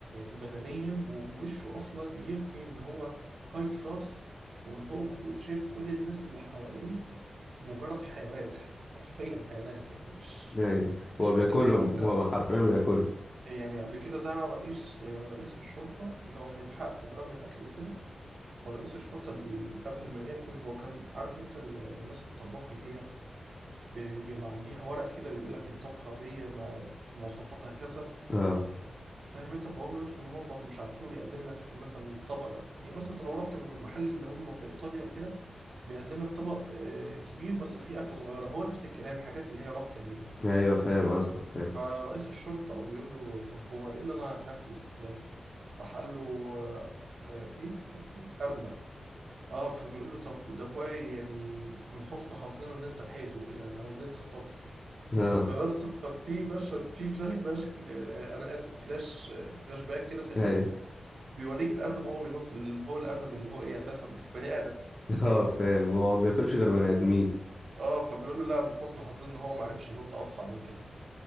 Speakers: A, on the right; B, on the left.
A: بدنيا ووشه اصلا يوحي ان هو هاي كلاس وان هو كو- شايف كل الناس اللي حواليه مجرد حيوانات حرفيا حيوانات يعني مش
B: ايوه هو
A: مش
B: بياكلهم
A: مجازيا ولا الكلام
B: هو
A: ده
B: حرفيا بياكلهم
A: يعني قبل كده ده رئيس رئيس الشرطة اللي هو كان بيحقق في جرائم القتل وكده فرئيس الشرطة بي- قبل ما ياكل هو كان عارف انت ال- الناس الطباخة اللي هي بي- بيبقى عندها ورق كده بيقول لك الطبخة دي ما- مواصفاتها كذا
B: اه
A: فاهم انت فهو بيدخل المطبخ مش عارف ايه ويقدم لك مثلا طبق يعني مثلا انت لو رحت محل اللي هم في ايطاليا وكده بيقدم لك طبق آه، كبير بس فيه اكل صغيره هو نفس الكلام حاجات اللي هي رابطه دي
B: ايوه فاهم قصدك فاهم
A: فرئيس الشرطة بيقول له طب هو إيه اللي أنا هاكله ده؟ راح قال له آه، آه، إيه؟ أرنب آه فبيقول له طب ده كويس يعني من حسن حظنا إن أنت لحقته وكده يعني، أو إن أنت اصطدته
B: <laughs> اه
A: فبس ففي مشهد في فلاش باش آه، أنا آسف فلاش آه، فلاش باك كده سريع
B: ايوه
A: بيوريك الأرنب وهو بينط اللي هو الأرنب اللي هو إيه أساسا <laughs> بني آدم
B: اه فاهم هو ما بياكلش غير بني ادمين
A: آه فبيقول له لا من حسن حظنا إن هو معرفش ينط أسرع من كده